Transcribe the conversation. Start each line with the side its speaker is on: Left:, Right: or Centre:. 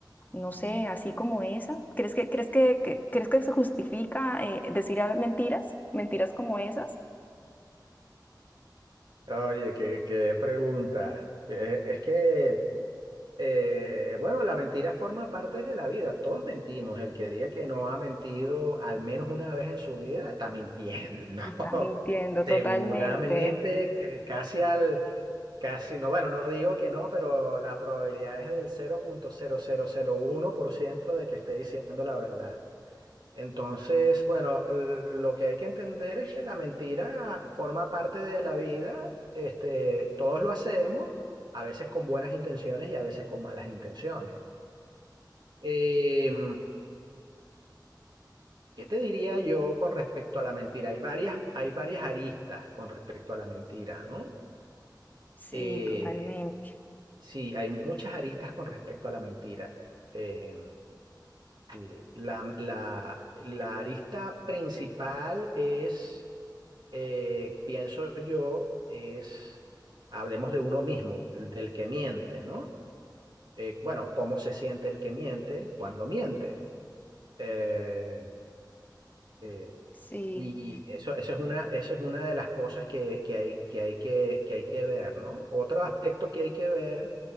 Left: no sé, así como esa. ¿Crees que, crees que, que- crees que se justifica eh, decir a- mentiras? ¿Mentiras como esas?
Right: Oye, qué, qué pregunta. Eh, Es que, eh, bueno, la mentira forma parte de la vida. Todos mentimos. El que diga que no ha mentido al menos una vez en su vida está mintiendo. <laughs>
Left: Está mintiendo
Right: Seguramente,
Left: totalmente.
Right: que casi al, casi no, bueno, no digo que no, pero la probabilidad es del cero punto cero cero cero punto uno por ciento de que esté diciendo la verdad. Entonces, bueno, l- lo que hay que entender es que la mentira forma parte de la vida, este, todos lo hacemos, a veces con buenas intenciones y a veces con malas intenciones. Em, ¿qué te diría yo con respecto a la mentira? Hay varias, hay varias aristas con respecto a la mentira, ¿no?
Left: Sí,
Right: Eh,
Left: totalmente.
Right: sí, hay muchas aristas con respecto a la mentira. Em, y la la- la arista principal es eh, pienso yo, es, hablemos de uno mismo, el del que miente, ¿no? Eh, bueno, ¿cómo se siente el que miente cuando miente? Eh, eh,
Left: Sí.
Right: y eso, eso es una, eso es una de las cosas que, que hay, que hay que, que hay que ver, ¿no? Otro aspecto que hay que ver